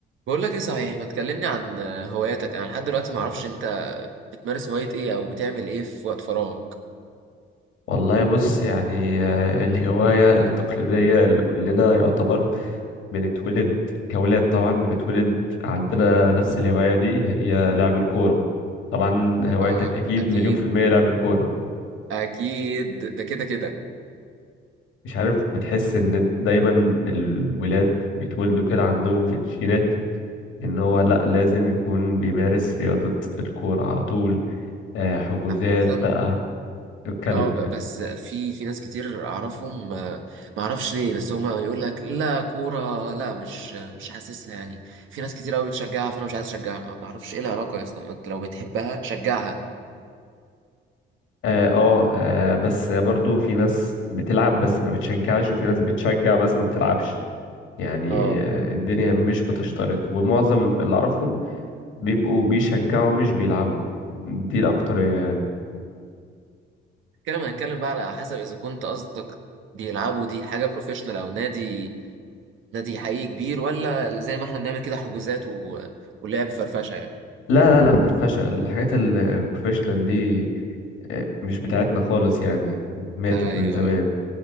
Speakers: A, on the right (about 75°); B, on the left (about 80°).
A: بقول لك ايه صحيح ما تكلمني عن آه، هواياتك انا لحد دلوقتي ما اعرفش انت بتمارس هواية ايه او بتعمل ايه في وقت فراغك
B: والله بص يعني آه، الهواية التقليدية اللي كلنا يعتبر بنتولد كأولاد طبعا بنتولد عندنا نفس الهواية دي هي لعب الكورة طبعا هوايتك
A: اه
B: أكيد
A: اكيد
B: مليون في المية لعب الكورة
A: اكيد ده كده كده
B: مش عارف بتحس إن دايما الولاد بيتولدوا كده عندهم في الجينات إن هو لأ لازم يكون بيمارس رياضة الكورة على طول آه، حجوزات
A: مثلا
B: بقى اتكلم
A: اه ب- بس في في ناس كتير اعرفهم آه، ما اعرفش ليه بس هما يقول لك لا كورة لا مش مش حاسسها يعني في ناس كتير قوي بتشجعها فانا مش عايز اشجعها ما ما اعرفش ايه العلاقة يا اسطى ما انت لو بتحبها شجعها
B: اه آه، آه، بس برضو في ناس بتلعب بس ما بتشجعش وفي ناس بتشجع بس ما بتلعبش يعني
A: اه
B: آه، الدنيا مش بتشترط ومعظم اللي اعرفهم بيبقوا بيشجعوا مش بيلعبوا دي الأكترية يعني
A: كده هنتكلم بقى على حسب اذا كنت قصدك بيلعبوا دي حاجة بروفيشنال او نادي نادي حقيقي كبير ولا زي ما احنا بنعمل كده حجوزات و... ولعب فرفشه يعني
B: لا لا لا فرفشة الحاجات البروفيشنال دي آه، مش بتاعتنا خالص يعني ماتت
A: ايوه
B: من زمان